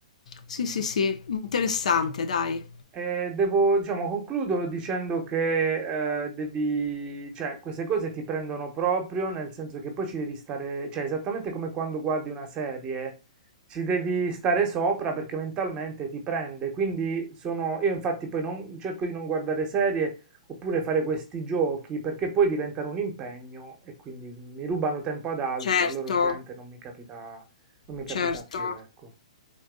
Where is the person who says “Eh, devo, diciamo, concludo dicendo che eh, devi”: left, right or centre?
Right